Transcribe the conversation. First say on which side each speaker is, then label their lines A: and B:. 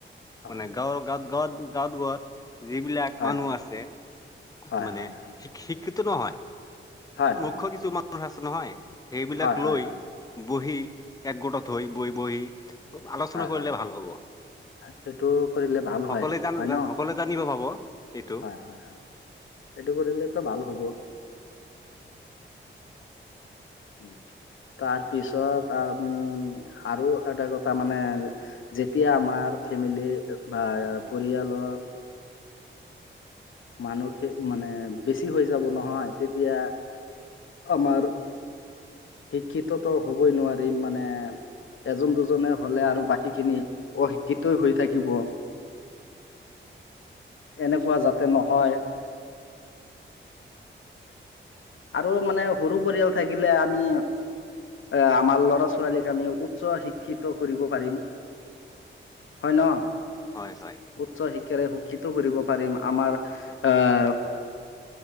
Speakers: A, on the left (about 75°); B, on the left (about 20°).
A: হয়
B: মানে গাঁৱ গাঁত গাঁৱত গাঁৱত গাঁৱত। যিবিলাক
A: হয়
B: মানুহ আছে
A: হয়
B: মানে
A: হয়
B: শ শিক্ষিতো নহয়।
A: হয়
B: মুখ্য
A: হয়
B: কিছু মানুহ আছে নহয় সেইবিলাক
A: হয় হয়
B: লৈ বহি একগোটত থৈ বহ বহি আলোচনা
A: হয়
B: কৰিলে
A: হয়
B: ভাল হ'ব।
A: সেইটো কৰিলে ভাল
B: সকলোৱে
A: হয়
B: জান
A: ন
B: সকলোৱে জানিব পাব। এইটো
A: হয় হয় হয় এইটো কৰিলেতো ভাল হ'ব। উম। তাৰপিছত আমি আৰু এটা কথা মানে যেতিয়া আমাৰ ফেমিলি বা পৰিয়ালৰ মানুহে মানে বেছি হৈ যাব নহয় তেতিয়া আমাৰ শিক্ষিততো হবই নোৱাৰি মানে এজন দুজনে হলে আৰু বাকী খিনি অশিক্ষিত হৈ থাকিব। এনেকুৱা যাতে নহয়। আৰু মানে সৰু পৰিয়াল থাকিলে আমি এ আমাৰ লৰা ছোৱালীক আমি উচ্চ শিক্ষিত কৰিব পাৰিম। হয় ন?
B: হয় হয়
A: উচ্চ শিক্ষাৰে শিক্ষিত কৰিব পাৰিম আমাৰ আহ